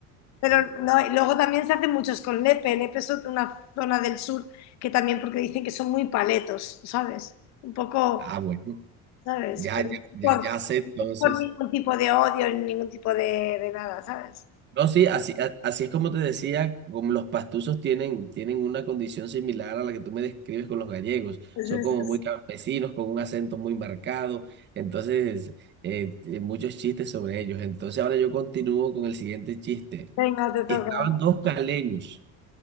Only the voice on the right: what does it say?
Ah, bueno.
Ya,
ya,
ya,
ya sé entonces.
No, sí, así, a- así es como te decía, como los pastusos tienen, tienen una condición similar a la que tú me describes con los gallegos.
Son como
muy campesinos, con un acento muy marcado. Entonces, eh, eh, muchos chistes sobre ellos. Entonces, ahora yo continúo con el siguiente chiste.
Estaban dos caleños.